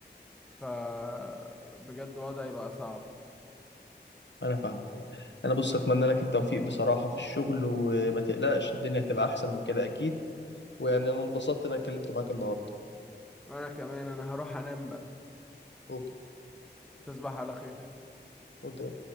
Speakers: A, in the centre; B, on the left.
A: فبجد وضعي بقى صعب
B: انا فاهمك انا بص اتمنى لك التوفيق بصراحة في الشغل وما تقلقش الدنيا هتبقى احسن من كده اكيد ويعني انا انبسطت ان انا اتكلمت معاك النهارده
A: وانا كمان انا هروح انام بقى
B: اوكي
A: تصبح على خير
B: وانت من